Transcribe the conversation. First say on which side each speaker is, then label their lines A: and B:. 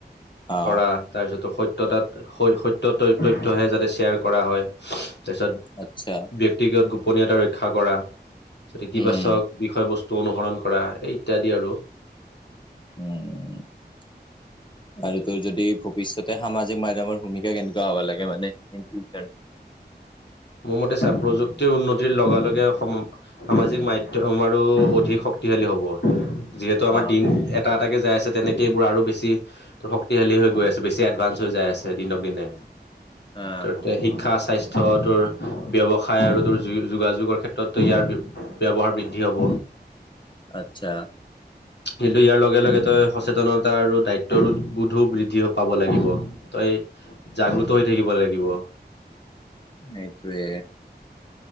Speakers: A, on the left; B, on the left.
A: অ
B: কৰা তাৰপিছত তো সত্্যতাত সত্য তথ্যহে যাতে শ্বেয়াৰ কৰা হয়। তাৰপিছত
A: আচ্ছা
B: ব্যক্তিগত গোপনীয়তা ৰক্ষা কৰা তাৰপছত ইতিবাচক
A: উম হম
B: বিষয়বস্তু বস্তু অনুসৰণ কৰা এই ইত্যাদি আৰু।
A: উম। আৰু তোৰ যদি ভৱিষ্যতে সামাজিক মাধ্্যমৰ ভূমিকা কেনেকুৱা হ'ব লাগে মানে ইন ফিউচাৰ উ <inaudible>
B: মোৰ মতে প্ৰযুক্তিৰ উন্নতিৰ লগে লগে সামাজিক মাধ্যম আৰু অধিক টিলৌ হব যিহেতো আমাৰ
A: অ
B: দিন এটা এটা কে যাই আছে তেনেকৈ এইবোৰ আৰু বেছি শক্তিশালী হৈ গৈ আছে বেছি এডভাঞ্চ হৈ যায় আছে দিনক দিনে।
A: অ
B: ত শিক্ষা স্বাস্থ্যটোৰ ব্যৱসায় আৰু যোগাযোগৰ ক্ষেত্ৰতো ইয়াৰ ব্যৱহাৰ বৃদ্ধি হ'ব।
A: আচ্ছা।
B: কিন্তু ইয়াৰ লগে লগে তই সচেতনতা আৰু দায়িত্বৰো বোধো বৃদ্ধি পাব লাগিব তই জাগ্ৰত হৈ থাকিব লাগিব।
A: নেইটোৱে।